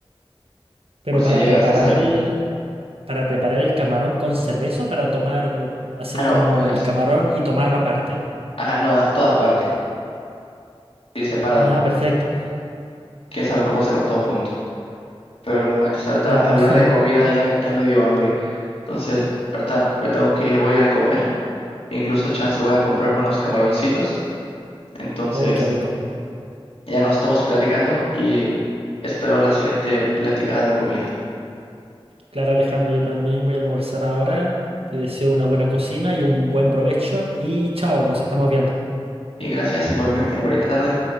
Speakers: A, on the right; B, on the left.
A: pero
B: por si
A: para
B: llegas
A: preparar
B: a hacerlo.
A: el, para preparar el camarón con cerveza, o para tomar así
B: Ah, no,
A: como
B: es,
A: el camarón y tomarlo aparte.
B: ajá, no, a toda parte, sí, separado.
A: Ah, perfecto.
B: Quién sabe cómo se va todo junto. Pero no manches, ahorita
A: Claro.
B: hablar
A: <laughs>
B: de comida ya, ya me dio hambre. Entonces, ahorita me tengo que ir, voy a ir a comer. Incluso, chance, voy a comprarme unos camaroncitos. Entonces,
A: Uy, qué rico.
B: ya nos estamos platicando y espero la siguiente platicada de comida.
A: Claro, Alejandro, yo también voy a almorzar ahora. Te deseo una buena cocina y un buen provecho y chao, nos estamos viendo.
B: Y gracias, igualmente, bonita tarde.